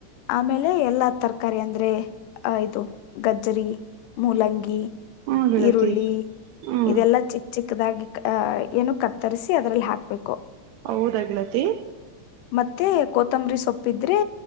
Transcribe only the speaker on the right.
ಹ್ಮ ಗೆಳತಿ
ಹ್ಮ್
ಹೌದ ಗಣತಿ